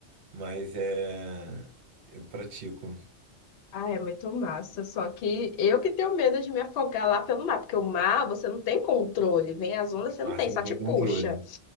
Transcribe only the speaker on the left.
Ah, é muito massa. Só que eu que tenho medo de me afogar lá pelo mar, porque o mar você não tem controle, vem as ondas, você não
tem,
só
te puxa.